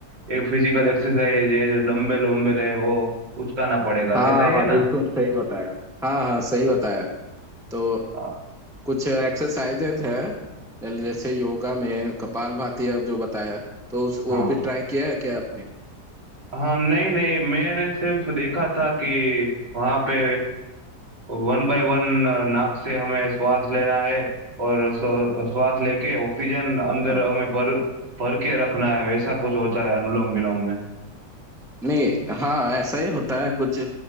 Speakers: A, on the right; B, in the centre.
A: ये फिजिकल एक्सरसाइज ये जो डम्बल वम्बल है वो उचकाना पड़ेगा
B: हाँ
A: ऐसा ही है ना
B: बिल्कुल सही बताया हाँ हाँ सही बताया तो
A: अ,
B: कुछ एक्सरसाइजेज है जैसे योगा में कपालभाति अब जो बताया तो उस वो
A: हाँ
B: भी ट्राई किया है क्या आपने
A: हाँ नहीं नहीं मैंने सिर्फ देखा था कि वहाँ पे वन बाय वन नाक से हमें श्वास लेना है और स्व- श्वास लेके ऑक्सीजन
B: हाँ
A: अंदर
B: हाँ
A: हमें भर भर के रखना है वैसा कुछ होता है अनुलोम विलोम में
B: नहीं हाँ ऐसा ही होता है कुछ